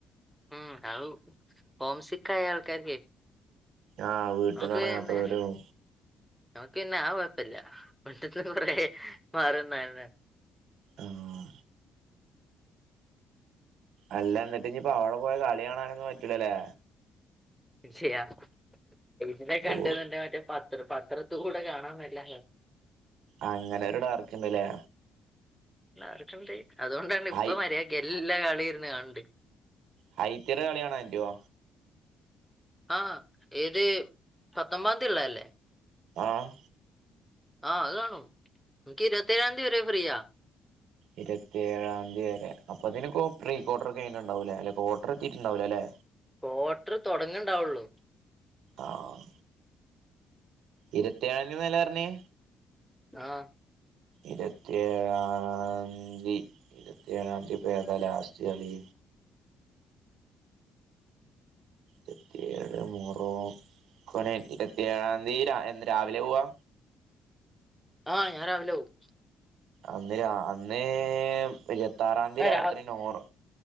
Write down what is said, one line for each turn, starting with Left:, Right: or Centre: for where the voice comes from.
Centre: ഉം അഹ്‌ ഹോംസിക്കായ ആൾക്കാർക്കെ
Right: ആഹ് വീട്ടിന്ന്
Centre: നമുക്ക്ന്നെ
Right: ഇറങ്ങാത്തവരും
Centre: നമുക്ക് പിന്നെ ആ കുഴപ്പല്ല മുറ്റത്ത് കൊറേ മാറുണ്ടേയ്ര്ന്ന്,
Right: ആഹ് അല്ല എന്നിട്ട് ഇനി ഇപ്പൊ അവിടെ പോയ കളി കാണാനൊന്നും പറ്റൂലല്ലേ
Centre: ച്ചയാ ഇതിനെ കണ്ടന്റെ
Right: ഓ
Centre: മറ്റേ പത്ര പത്രത്ത കൂടെ കാണാൻ മെല്ലെ
Right: അങ്ങനെ ഒരു ഡാർക്ക്ണ്ട്ലെ.
Centre: എല്ലാർക്ക്ണ്ട് അതുകൊണ്ടാണ് ഇപ്പൊ
Right: ഹൈ
Centre: മര്യായക്ക് എല്ലാ കളി ഇരുന്ന് കാന്ണ്ട്.
Right: ഹൈത്തിറ കളിയാണോ അന്റയോ?
Centre: ആഹ്‌ ഏത് പത്തൊമ്പാന്തിള്ളഅല്ലേ?
Right: ആഹ്
Centre: ആഹ് അത് കാണും ക്ക് ഇരുവത്തേഴാന്തി വരെ ഫ്രീയാ.
Right: ഇരുവത്തിഏഴാംന്തി വരേ അപ്പത്തിന്ക്കൊ പ്രീകൊർട്ട്ർ കയ്ഞ്ഞുട്ടുണ്ടാവുലെ അല്ലാ കൊട്ട്ർ എത്തീട്ടുണ്ടാവൂലലേ.
Centre: കോട്ട്ർ തൊടങ്ണ്ടാവുള്ളൂ.
Right: ആഹ്‌ ഇരുവത്തിയേഴാംന്തീന്നല്ലേ പർഞ്ഞേ?
Centre: ആഹ്‌
Right: ഇരത്തിഏഴാംന്തി ഇരുവത്തേഏഴാന്തി പ്പൊ ഏതാ ലാസ്റ്റ് കളീ? ഇരുപത്തിയേഴ് മൊറോ കൊനെ ഇരുവത്തിഏഴാംന്തി രാ എന്ന രാവിലെ പോവാ?
Centre: ആഹ് ഞാൻ രാവിലേ പോവും.
Right: അന്ന് രാ അന്ന് ഇരുവത്താറാന്തി
Centre: ആ,
Right: രാത്രി
Centre: രാ-
Right: നൊറോ